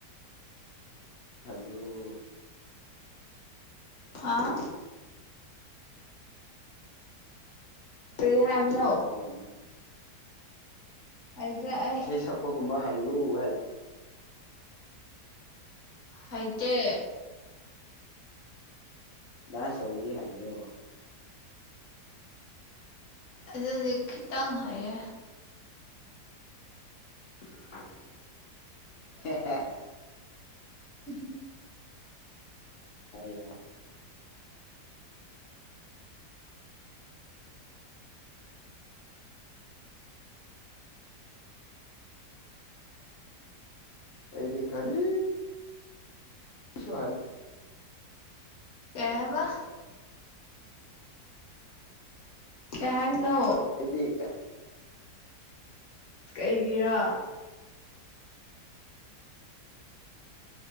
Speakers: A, on the left; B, on the left.
A: ꯍꯥꯏꯩꯕ꯭ꯔꯣ
B: ꯍꯥꯥ ꯄꯔꯤ ꯍꯥꯏꯕꯅꯣ
A: ꯏꯁꯩ ꯁꯛꯄꯒꯨꯝꯕ
B: ꯍꯩꯇ꯭ꯔꯦ ꯑꯩ
A: ꯏꯁꯩ ꯁꯛꯄꯒꯨꯝꯕ ꯍꯩꯕ꯭ꯔꯨ ꯍꯥꯏ
B: ꯍꯥꯏꯗꯤ
A: ꯗꯥꯟꯁ ꯇꯧꯕꯗꯤ ꯍꯥꯏꯕ꯭ꯔꯣ
B: ꯑꯗꯈꯤ ꯇꯥꯡꯃ ꯍꯥꯏꯌꯦ <inaudible>
A: <inaudible>
B: ꯎ
A: ꯍ ꯍꯥꯏ ꯑꯩꯗꯤ ꯈꯔ ꯁ ꯍꯥꯏꯗꯤ
B: ꯑꯦ ꯋꯥ ꯑꯦ ꯅꯣ
A: ꯑꯩꯗꯤ
B: ꯀꯩꯒꯤꯔ